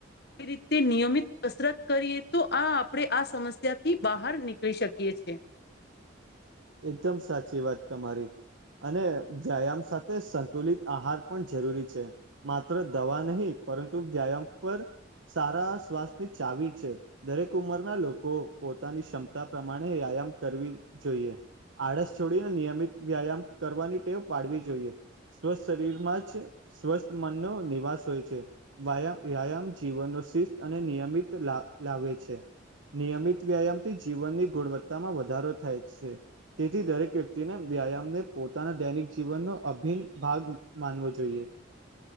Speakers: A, on the left; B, on the right.
A: રીતે નિયમિત કસરત કરીએ તો આ આપણે આ સમસ્યા થી બહાર નીકળી શકીએ છીએ.
B: એકદમ સાચી વાત તમારી અને વ્યાયામ સાથે. તે સંતુલિત આહાર પણ જરૂરી છે. માત્ર દવા નહીં પરંતુ વ્યાયામ પર સારા શ્વાસની ચાવી છે. દરેક ઉંમરના લોકો પોતાની ક્ષમતા પ્રમાણે વ્યાયામ કરવી જોઈએ આળસ છોડીને નિયમિત વ્યાયામ કરવાની ટેવ પાડવી જોઈએ સ્વસ્થ શરીર માં જ સ્વસ્થ મનનો નિવાસ હોય છે વ્યાયામ જીવનનો શિસ્ત અને નિયમિત લાવે છે નિયમિત વ્યાયામ થી જીવનની ગુણવત્તામાં વધારો થાય છે તેથી દરેક વ્યક્તિને વ્યાયામને પોતાના દૈનિક જીવનનો અભિન્ન ભાગ માનવો જોઈએ